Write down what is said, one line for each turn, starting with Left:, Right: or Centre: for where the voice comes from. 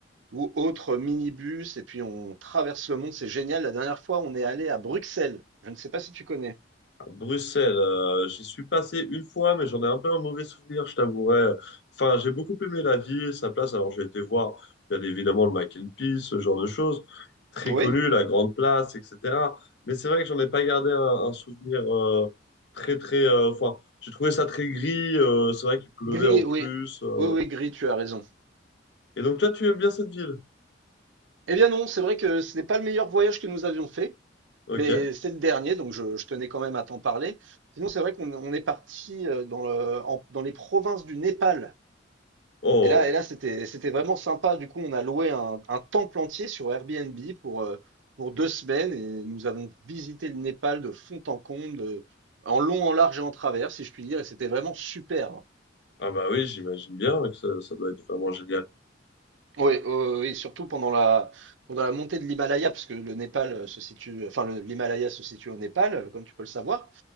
Right: ou autre minibus, et puis on traverse le monde, c'est génial. La dernière fois, on est allé à Bruxelles. Je ne sais pas si tu connais.
Left: Bruxelles, euh, j'y suis passé une fois, mais j'en ai un peu un mauvais souvenir, je t'avouerai. Enfin, j'ai beaucoup aimé la ville, sa place. Alors, j'ai été voir, bien évidemment, le Mac and Peace, ce genre de choses. Très
Right: Oui?
Left: connu, la Grande Place, etc. Mais c'est vrai que j'en ai pas gardé un, un souvenir euh, très, très... euh, Enfin, j'ai trouvé ça très gris. euh, c'est vrai qu'il pleuvait
Right: Gris,
Left: en plus.
Right: oui.
Left: euh.
Right: Oui, oui, Gris, tu as raison.
Left: Et donc, toi, tu aimes bien cette ville?
Right: Eh bien non, c'est vrai que ce n'est pas le meilleur voyage que nous avions fait,
Left: Ok.
Right: mais c'est le dernier, donc je, je tenais quand même à t'en parler. Sinon, c'est vrai qu'on on est parti euh, dans le- en- dans les provinces du Népal.
Left: Oh,
Right: Et là, et là, c'était, c'était vraiment sympa. Du coup, on a loué un, un temple entier sur Airbnb pour, euh, pour deux semaines et nous avons visité le Népal de fond en comble, de- en long, en large et en travers, si je puis dire. Et c'était vraiment super. hein.
Left: ah bah oui, j'imagine bien que ça, ça doit être vraiment génial.
Right: Oui, oui, oui, oui, surtout pendant la, pendant la montée de l'Himalaya, parce que le Népal euh, se situe, enfin, le- l'Himalaya se situe au Népal, euh, comme tu peux le savoir.